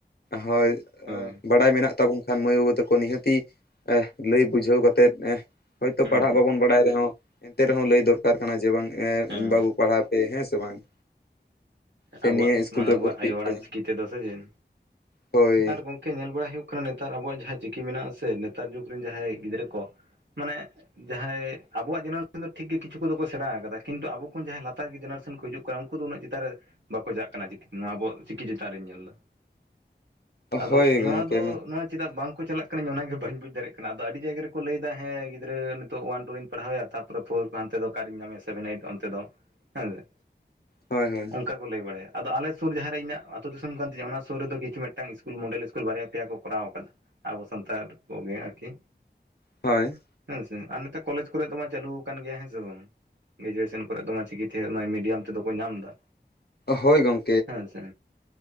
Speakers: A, on the left; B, on the right.
A: ᱦᱳᱭ᱾
B: ᱦᱳᱭ
A: ᱵᱟᱲᱟᱭ ᱢᱮᱱᱟᱜ ᱛᱟᱵᱚᱱ ᱠᱷᱟᱱ ᱢᱟᱹᱭ ᱵᱟᱹᱵᱩ ᱛᱟᱠᱚ ᱱᱤᱦᱟᱹᱛᱤ ᱞᱟᱹᱭ ᱵᱩᱡᱷᱟᱹᱣ ᱠᱟᱛᱮᱫᱼᱼ ᱦᱳᱭᱛᱳ
B: ᱦᱩᱸ
A: ᱯᱟᱲᱦᱟᱜ
B: ᱦᱩᱸ
A: ᱵᱟᱵᱚᱱ ᱵᱟᱲᱟᱭ ᱨᱮᱦᱚᱸ ᱮᱱᱛᱮ ᱨᱮᱦᱚᱸ ᱞᱟᱹᱭ ᱫᱚᱨᱠᱟᱨ ᱠᱟᱱᱟ ᱡᱮ ᱵᱟᱝᱼᱼ ᱮ
B: ᱦᱮᱸ
A: ᱵᱟᱹᱵᱩ ᱯᱟᱲᱦᱟᱣ ᱯᱮ ᱦᱮᱸ ᱥᱮ ᱵᱟᱝ᱾ ᱥᱮ
B: ᱟᱵᱚᱣᱟᱜ
A: ᱱᱤᱭᱟᱹ ᱤᱥᱠᱩᱞ
B: ᱢᱟᱱᱮ
A: ᱨᱮ
B: ᱟᱵᱚᱣᱟᱜ
A: ᱵᱷᱚᱨᱛᱤᱜ
B: ᱟᱭᱳ ᱟᱲᱟᱝ
A: ᱯᱮ
B: ᱪᱤᱠᱤ ᱛᱮᱫᱚ ᱥᱮ ᱪᱮᱫ,
A: ᱦᱳᱭ
B: ᱟᱨ ᱜᱚᱝᱠᱮ ᱧᱮᱞ ᱵᱟᱲᱟᱭ ᱦᱩᱭᱩᱜ ᱠᱟᱱᱟ ᱠᱟᱱᱟ ᱱᱮᱛᱟᱨ ᱟᱵᱚᱣᱟᱜ ᱡᱟᱦᱟᱸ ᱪᱤᱠᱤ ᱢᱮᱱᱟᱜᱼᱟ᱾ ᱥᱮ ᱱᱮᱛᱟᱨ ᱡᱩᱜᱽ ᱨᱮᱱ ᱡᱟᱦᱟᱸᱭ ᱜᱤᱫᱽᱨᱟᱹ ᱠᱚ ᱢᱟᱱᱮ ᱡᱟᱦᱟᱸᱭ ᱟᱵᱚᱣᱟᱜ ᱡᱮᱱᱟᱨᱮᱥᱚᱱ ᱫᱚ ᱴᱷᱤᱠ ᱜᱮ ᱠᱤᱪᱷᱩ ᱫᱚ ᱠᱚ ᱥᱮᱬᱟ ᱟᱠᱟᱫᱟ᱾ ᱠᱤᱱᱛᱩ ᱟᱵᱚ ᱠᱷᱚᱱ ᱡᱟᱦᱟᱸᱭ ᱞᱟᱛᱟᱨ ᱡᱮᱱᱟᱨᱮᱥᱚᱱ ᱠᱚ ᱦᱤᱡᱩᱜ ᱩᱱᱠᱩ ᱫᱚ ᱩᱱᱟᱹᱜ ᱪᱮᱛᱟᱱᱨᱮ ᱵᱟᱠᱚ ᱪᱟᱜ ᱠᱟᱱᱟ᱾ ᱱᱚᱣᱟ ᱟᱵᱚ ᱪᱤᱠᱤ ᱪᱮᱛᱟᱱ ᱨᱤᱧ ᱧᱮᱞ ᱫᱟ᱾ ᱟᱫᱚ
A: ᱦᱳᱭ
B: ᱱᱚᱣᱟ
A: ᱜᱚᱢᱠᱮ
B: ᱫᱚ ᱱᱚᱣᱟ ᱪᱮᱫᱟᱜ ᱵᱟᱝᱠᱚ ᱪᱟᱞᱟᱜ <inaudible> ᱚᱱᱟᱜ ᱵᱟᱹᱧ ᱵᱩᱡᱽ ᱫᱟᱲᱭᱟᱜ ᱠᱟᱱᱟ᱾ ᱟᱫᱚ ᱟᱹᱰᱤ ᱡᱟᱭᱜᱟ ᱨᱮᱠᱚ ᱞᱟᱹᱭᱫᱟ ᱦᱮᱸ ᱜᱤᱫᱽᱨᱟᱹ ᱱᱤᱛᱚᱜ ᱚᱣᱟᱱ ᱴᱩ ᱨᱮᱧ ᱯᱟᱲᱦᱟᱣᱮᱭᱟ ᱛᱟᱨᱯᱚᱨᱮ ᱯᱷᱳᱨ ᱦᱟᱱᱛᱮ ᱫᱚ ᱥᱮᱵᱷᱮᱱ ᱮᱭᱤᱴ ᱚᱱᱛᱮ ᱫᱚ ᱦᱮ
A: ᱦᱳᱭ ᱦᱳᱭ
B: ᱚᱝᱠᱟ ᱠᱚ ᱞᱟᱹᱭ ᱵᱟᱲᱟᱭᱟ ᱟᱞ ᱥᱩᱨ ᱡᱟᱦᱟᱸᱨᱮ ᱤᱧᱟᱹᱜ ᱟᱹᱛᱩ ᱫᱤᱥᱚᱢ ᱠᱟᱱ ᱛᱤᱧᱟᱹ ᱚᱱᱟ ᱥᱩᱨ ᱨᱮᱫᱚ ᱠᱤᱷᱩ ᱢᱤᱫᱴᱟᱝ ᱤᱥᱠᱩᱞ ᱢᱚᱰᱮᱞ ᱤᱥᱠᱤᱞ ᱵᱟᱨᱭᱟ ᱯᱮᱭᱟ ᱠᱚ ᱠᱚᱨᱟᱣ ᱠᱟᱫᱟ ᱟᱵᱚ ᱥᱟᱱᱛᱟᱲ ᱠᱚᱜᱮ ᱟᱨᱠᱤ᱾
A: ᱦᱳᱭ
B: ᱦᱮᱸᱥᱮ ᱟᱨ ᱱᱚᱛᱮ ᱠᱚᱞᱮᱡᱽ ᱠᱚᱨᱮ ᱫᱚ, ᱢᱟ ᱪᱟᱹᱞᱩ ᱟᱠᱟᱱ ᱜᱮᱭᱟ ᱦᱮᱸ ᱥᱮ ᱵᱟᱝ? ᱜᱮᱡᱩᱭᱮᱥᱮᱱ ᱠᱚᱨᱮ ᱫᱚ ᱢᱟ ᱪᱤᱠᱤᱛᱮ ᱢᱤᱰᱤᱭᱟᱢ ᱛᱮᱫᱚ ᱠᱚ ᱧᱟᱢ ᱮᱫᱟ᱾
A: ᱦᱳᱭ ᱜᱚᱝ
B: ᱦᱮᱸ ᱥᱮ